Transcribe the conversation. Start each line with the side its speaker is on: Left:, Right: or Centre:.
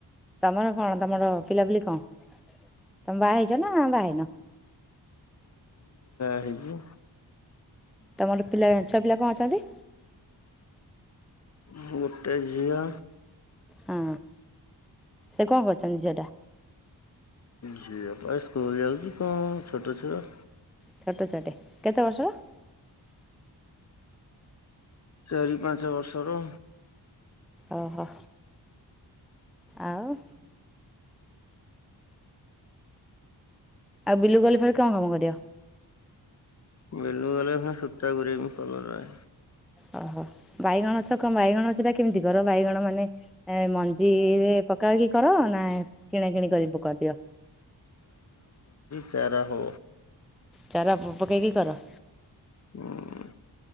Centre: ତମର କଣ ତମର ପିଲା ପିଲି କଣ ତମେ ବାହା ହେଇ ଜ ନା ବାହା ହେଇନା?
Left: ହେଇଚି।
Centre: ତମର ପିଲା ଛୁଆ ପିଲା କଣ ଅଛନ୍ତି?
Left: ଗୋଟେ ଝିଅ
Centre: ହଁ ସେ କଣ କରୁଛନ୍ତି ଝିଅଟା?
Left: ଝିଅଟା ସ୍କୁଲ ଯାଉଛି କଣ ଛୋଟ ଛୁଆ।
Centre: ଛୋଟ ଛୁଆଟେ? କେତେ ବର୍ଷର?
Left: ଚାରି ପାଞ୍ଚ ବର୍ଷ ର।
Centre: ଓହୋ। ଆଉ? ବିଲୁକୁ ଗଲେ ଫେରେ କଣ କାମ କରିବ?
Left: ବିଲୁକୁ ଗଲେ ଫା ସୂତା ଗୁରେଇବୁ କଲରା ରେ
Centre: ଓହୋ ବାଇଗଣ ଗଛ କଣ ବାଇଗଣ ସେଟା କେମିତି କର ବାଇଗଣ ମାନେ ମଞ୍ଜିରେ ପକାଇ କି କର ନା କିଣା କିିଣି କରି ପକରିଦିଅ।
Left: ଚାରାହଉ
Centre: ଚାର ପକେଇ କି କର
Left: ଉଁ